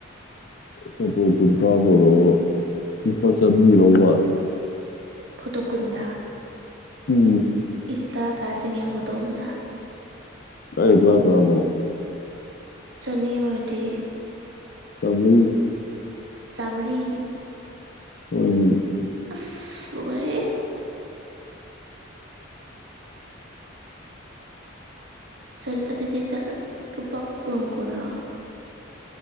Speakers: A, on the left (about 50°); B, on the right (about 60°).
A: ꯐꯣꯇꯣ ꯀꯨꯟ ꯀꯥꯞꯄꯗꯕꯨ ꯂꯨꯄꯥ ꯆꯅꯤꯒ ꯂꯧꯕ ꯋꯥꯅꯤ
B: ꯐꯣꯇꯣ ꯀꯨꯟꯗ
A: ꯎꯝ
B: ꯏ ꯇꯔꯥ ꯇꯔꯥ ꯆꯪꯉꯦ ꯐꯣꯇꯣ ꯑꯃꯗ
A: ꯀꯥꯏꯗꯩ ꯇꯔꯥ ꯇꯔꯥꯅꯣ
B: ꯁꯠ ꯅꯤ ꯑꫭꯏꯔꯗꯤ
A: ꯆꯝꯔꯤ
B: ꯆꯥꯝ ꯨꯔꯤ
A: ꯍꫭꯏꯃꯤ
B: ꯑꯁ ꯂꫭꯏꯔꯦꯍꯦ ꯆꯟ ꯑꯗꯨꯗꯤ ꯆ ꯑ ꯂꯨꯄꯥ ꯀꯨꯟ ꯀꯨꯟꯔꫭ